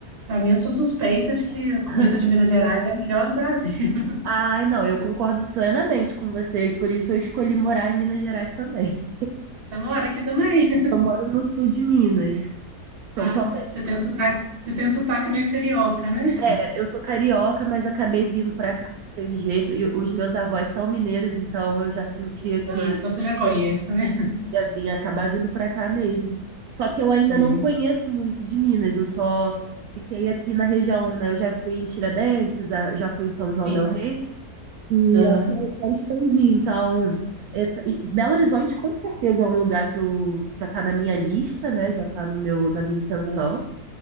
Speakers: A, on the right; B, on the right.
A: para mim, eu sou suspeita de que a comida
B: <laughs>
A: de Minas Gerais é a melhor do Brasil. <laughs>
B: Ai, não, eu concordo plenamente com você, por isso eu escolhi morar em Minas Gerais também.
A: Você mora aqui também?
B: Eu moro no sul de Minas, São
A: Ah,
B: Tomé.
A: você tem um sotaque, você tem um sotaque meio carioca, né?
B: É, eu sou carioca, mas acabei vindo pra cá, não teve jeito. E os meus avós são mineiros, então eu já sentia que
A: Ah, então você já conhece, né?
B: ia vir, acabar vindo pra cá mesmo. Só que eu ainda
A: É,
B: não
A: eu-
B: conheço muito de Minas, eu só fiquei aqui na região, né? Eu já fui em Tiradentes, a- já fui em São João
A: sim.
B: del Rei. E
A: Aham,
B: eu quero, quero expandir. Então, essa, e Belo Horizonte com certeza é um lugar que eu, já está na minha lista, né? Já está no meu, na minha intenção.
A: aham.